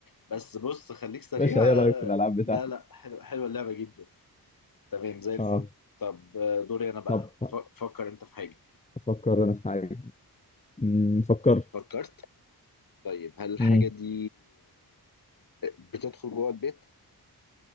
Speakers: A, on the left; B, on the left.
A: بس بص خليك سريع
B: باشا إيه
A: آه،
B: رأيك في الألعاب بتاعتي
A: لا لا حلوة حلوة اللعبة جدا تمام زي الفل
B: اه
A: طب آه، دوري أنا بقى
B: طب
A: ف- فكر أنت في حاجة
B: أفكر أنا في حاجة مم، فكرت
A: فكرت طيب هل الحاجة
B: امم
A: دي آه، بتدخل جوه البيت